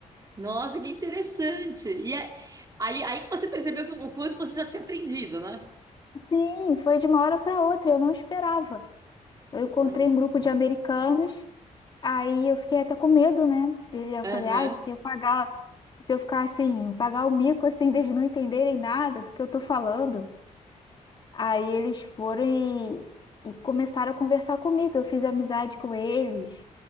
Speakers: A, on the right (about 25°); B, on the left (about 35°).
A: Nossa, que interessante. E é- aí, aí que você percebeu que, o quanto você já tinha aprendido, né?
B: Sim, foi de uma hora para outra, eu não esperava. Eu encontrei
A: Olha
B: um
A: só.
B: grupo de americanos, aí eu fiquei até com medo, né? Dele, eu
A: Aham.
B: falei, ah, se eu pagar, se eu ficar assim, pagar o mico assim, deles não entenderem nada do que eu tô falando. Aí eles foram e, e começaram a conversar comigo. Eu fiz amizade com eles.